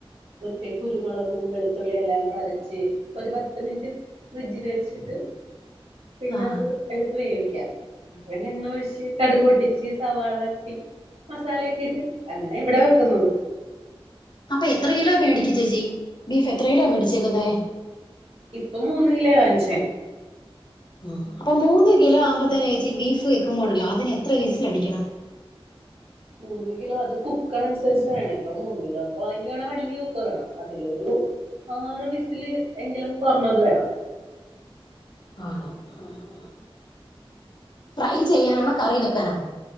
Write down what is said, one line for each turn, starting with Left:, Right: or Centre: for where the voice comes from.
Right: മറ്റേ കുരുമുളകും വെളുത്തുള്ളിയ എല്ലാം കൂടെ അരച്ച് ഒരു പത്ത് മിനിറ്റ് ഫ്രിഡ്ജിൽ വെച്ചിട്ട് പിന്നെ
Left: ആ
Right: അത് എടുത്ത് വേവിക്കാം പിന്നെ എണ്ണ ഒഴിച്ച് കടുക് പൊട്ടിച്ച് സവാള വട്ടി മസാല ഒക്കെ ഇട്ട് അങ്ങനെ ഇവിടെ വെക്കുന്നത്
Left: അപ്പൊ എത്ര കിലോ മേടിക്ക ചേച്ചി ബീഫ് എത്ര കിലോ മേടിച്ചേക്കുന്നേ
Right: ഇപ്പൊ മൂന്ന്‌ കിലോ വാങ്ങിച്ചേ
Left: ആ അപ്പൊ മൂന്ന് കിലോ ആമ്പത്തനഴച്ചി ബീഫ് വെക്കുമ്പോണ്ടല്ലോ അതിന് എത്ര വിസിൽ അടിക്കണം
Right: മൂന്ന് കിലോ അത് കുക്കർ അനുസരിച്ച് വേണം ഇപ്പ മൂന്ന് കിലോ ഒക്കെ വാങ്ങ വേണ വലിയ കുക്കർ വേണം അതിലൊരു ആറ് വിസില് എങ്കിലും കൊറഞ്ഞത് വേണം.
Left: ആണോ ആഹ് ഹാ ഫ്രൈ ചെയ്യാനാണോ കറിവെക്കാനാണോ